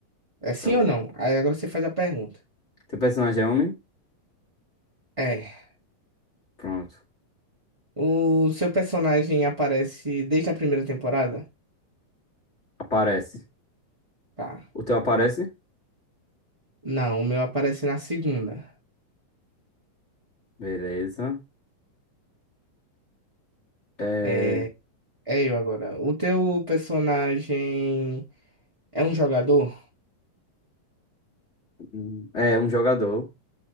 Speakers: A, on the right (about 20°); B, on the left (about 30°).
A: É sim
B: Eu
A: ou
B: vou-
A: não? Aí agora você faz a pergunta.
B: Teu personagem é homem?
A: É.
B: Pronto.
A: O seu personagem aparece desde a primeira temporada?
B: Aparece.
A: Tá.
B: O teu aparece?
A: Não, o meu aparece na segunda.
B: Beleza. É,
A: É, é eu agora. O teu personagem é um jogador?
B: hum, é um jogador.